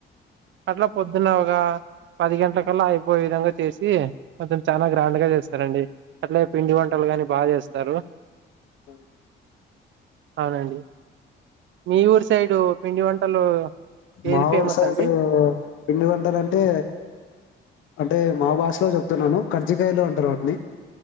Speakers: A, on the right; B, on the left.
A: అట్లా పొద్దున్న ఒకగా పది గంటల కల్లా అయిపోయే విధంగా చేసి కొంచం చాలా గ్రాండ్ గా చేస్తారండి అట్లా పిండి వంటలు గాని బాగా చేస్తారు
B: <inaudible>
A: అవునండి మీ ఊరు సైడు పిండి వంటలు ఏది
B: మా
A: ఫేమస్
B: ఊరు సైడ్
A: అండి
B: పిండి వంటలు అంటే అంటే మా భాషలో చెప్తున్నాను కర్జికయలో అంటారు వాటిని